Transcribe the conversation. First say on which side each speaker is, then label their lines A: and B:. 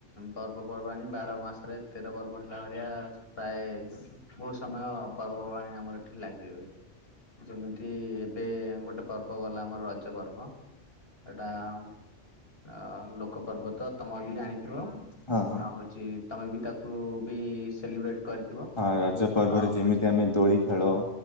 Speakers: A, on the left; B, on the left.
A: ପର୍ବପର୍ବାଣୀ ବାର ମାସରେ ତେର ପର୍ବ ହେଲା ଭଳିଆ ପ୍ରାୟ ବହୁତ ସମୟ ପର୍ବପର୍ବାଣୀ ଆମର ଏଠି ଲାଗି ରୁହେ। ଯେମିତି ଏବେ ଗୋଟେ ପର୍ବ ଗଲା। ମର ରଜ ପର୍ବ ଏଇଟା ଅ ଲୋକ ପର୍ବ ତ ତମେ ବି ଜାଣି ଥିବ
B: ହଁ ହଁ।
A: ଆଉ ହଉଚି ତମେ ବି ତାକୁ ବି ସେଲିବ୍ରେଟ କରିଥିବ
B: ହଁ ରଜ ପର୍ବରେ
A: ଆଉ
B: ଯେମିତି
A: ହଉଛି
B: ଆମେ ଦୋଳି ଖେଳ